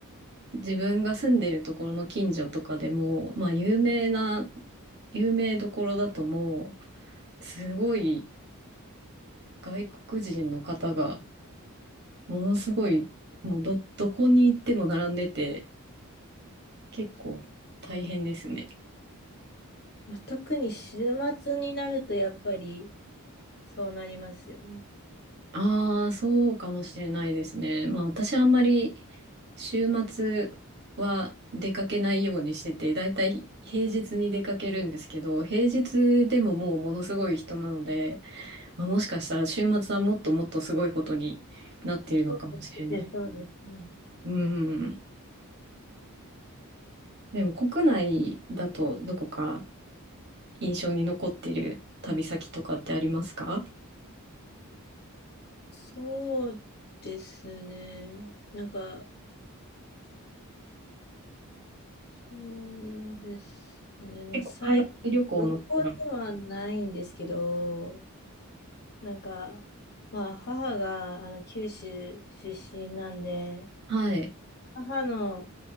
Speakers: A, on the right; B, on the left.
A: う自分が住んでるところの近所とかでも、まあ有名な、有名どころだともう、すごい外国人の方がものすごい、もうど、どこに行っても並んでて、結構大変ですね。
B: まあ、特に週末になるとやっぱりそうなりますよね。
A: ああ、そうかもしれないですね。まあ私あんまり週末は出かけないようにしてて、だいたい平日に出かけるんですけど、平日でももうものすごい人なので、まあ、もしかしたら週末はもっともっとすごいことになっているのかもしれない。
B: そうですね、そうですね。
A: うん。でも国内だとどこか印象に残ってる旅先とかってありますか
B: そうですね。なんか、そうですね。まあ、
A: 結構海外旅行の方が、
B: 最、旅行ではないんですけど、なんか、まあ、母が、あの、九州出身なんで、
A: はい。
B: 母の、